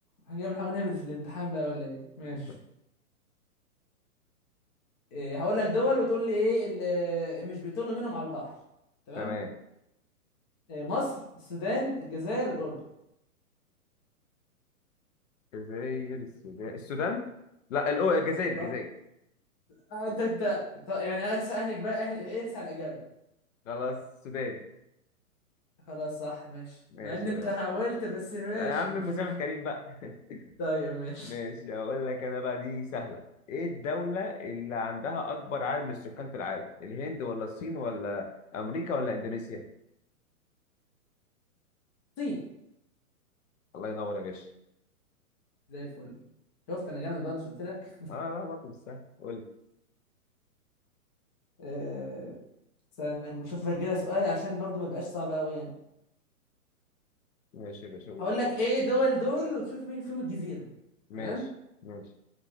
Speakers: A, on the left (about 20°); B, on the left (about 60°).
A: هنجي بنحاول نهبط في الامتحان بقى ولا ايه ماشي
B: <laughs>
A: إيه هقول لك دول وتقول لي ايه اللي مش بيطل منهم على البحر تمام
B: تمام
A: إيه مصر السودان الجزائر الاردن
B: الجزائر السودان السودان لا الأو- الجزائر الجزائر
A: صح آه انت انت أنت- يعني ارسى اهنك بقى أه- ارسى على الاجابه
B: خلاص السودان
A: خلاص صح ماشي
B: ماشي
A: مع ان انت
B: يا باشا
A: حاولت بس ماشي
B: يا عم
A: مش
B: مسامح
A: مشكله
B: كريم بقى <laughs>
A: طيب ماشي
B: ماشي هقول لك انا بقى دي سهله ايه الدوله اللي عندها اكبر عدد من السكان في العالم الهند ولا الصين ولا امريكا ولا اندونيسيا
A: الصين
B: الله ينور يا باشا
A: زي الفل شفت انا جامد بقى مش قلت لك <laughs>
B: اه لا برضه مش سهل قول لي
A: آه، استنى، لما اشوف لك كده سؤال عشان برضو ما يبقاش صعب قوي يعني
B: ماشي يا باشا قول
A: هقول لك ايه دول دول وتشوف مين فيهم الجزيرة
B: ماشي
A: تمام
B: ماشي